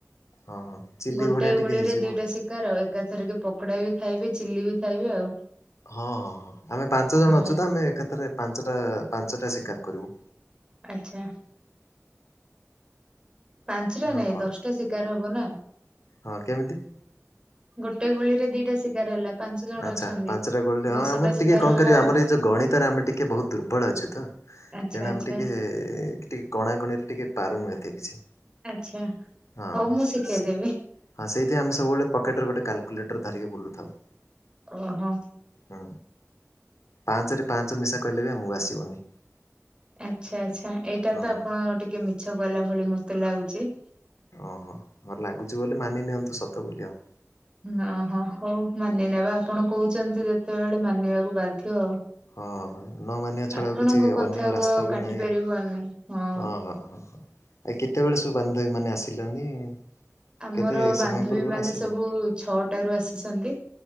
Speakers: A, on the left; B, on the right.
A: ହଁ ହଁ ଚିଲି
B: ଗୋଟେ
A: ଭଳିଆ
B: ଗୁଳିରେ
A: ଟିକେ ହେଇଯିବ।
B: ଦିଟା ଶିକାର ଏକା ଥର କି ପକୋଡା ବି ଖାଇବେ ଚିଲ୍ଲି ବି ଖାଇବେ ଆଉ।
A: ହଁ ହଁ ହଁ ଆମେ ପାଞ୍ଚ ଜଣ
B: ହଁ
A: ଅଛୁ ତ ଆମେ ଏକଥରେ ପାଞ୍ଚଟା ପାଞ୍ଚଟା ଶିକାର କରିବୁ।
B: ଆଚ୍ଛା। ପାଞ୍ଚଟା
A: ଆଉ
B: ନାଇଁ
A: କଣ
B: ଦଶଟା ଶିକାର ହବ ନା।
A: ହଁ କେମିତି?
B: ଗୋଟେ ଗୁଳି ରେ ଦିଟା ଶିକାର ହେଲା। ପାଞ୍ଚ ଜଣ
A: ଆଛା
B: ଅଛନ୍ତି।
A: ପାଞ୍ଚଟା ଗୋଲ ହଁ
B: ଦଶଟା
A: ଆମର
B: ଶିକାର
A: ଟିକେ
B: ହବ
A: ଆମର ଏଇ ଯୋଉ ଗଣିତରେ ଆମେ ଟିକେ ବହୁତ ଦୁର୍ବଳ ଅଛୁ ତ।
B: ଆଚ୍ଛା
A: ତେଣୁ ଆମେ
B: ଆଚ୍ଛା
A: ଟିକେ ଟିକେ ଗଣା ଗଣିରେ ଟିକେ ପାରୁନୁ ଏତେ କିଛି।
B: ଆଛା
A: ହଁ
B: ହଉ ମୁଁ ଶିଖେଇଦେବି।
A: ସେ ହଁ ସେଇଥିପାଇଁ ଆମେ ସବୁବେଳେ ପକେଟରେ ଗୋଟେ କାଲକୁଲେଟର ଧରିକି ବୁଲୁଥାଉ।
B: ଓହୋ।
A: ହୁଁ ପାଞ୍ଚରେ ପାଞ୍ଚ ମିଶା କହିଲେ ବି ଆମକୁ ଆସିବନି।
B: ଆଛା ଆଛା ଏଇଟା
A: ହଁ
B: ତ
A: ହଁ
B: ଆପଣ ଟିକେ ମିଛ କହିଲା ଭଳି ମତେ ଲାଗୁଚି।
A: ଓହୋ ହଁ ଲାଗୁଛି ବୋଲି ମାନି ନିଅନ୍ତୁ ସତ ବୋଲି ଆଉ।
B: ଓହୋ ହଉ ମାନିନେବା ଆପଣ କହୁଛନ୍ତି ଯେତେବେଳେ ମାନିବାକୁ ବାଧ୍ୟ ଆଉ।
A: ହଁ ନ ମାନିବା ଛଡା
B: ଆପଣଙ୍କ
A: ଆଉ କିଛି
B: କଥାକୁ
A: ଅନ୍ୟ ରାସ୍ତା
B: ଆଉ
A: ବି
B: କାଟି
A: ନାହିଁ
B: ପାରିବୁ ଆମେ ହଁ।
A: ଓହୋ ଆ କେତେବେଳେ ସବୁ ବାନ୍ଧବୀ ମାନେ ଆସିଲନି।
B: ଆମର
A: କେତେ
B: ବାନ୍ଧବୀ
A: ସମୟ ପୂର୍ବରୁ
B: ମାନେ
A: ଆସିଲେ?
B: ସବୁ ଛଅଟାରୁ ଆସିଛନ୍ତି।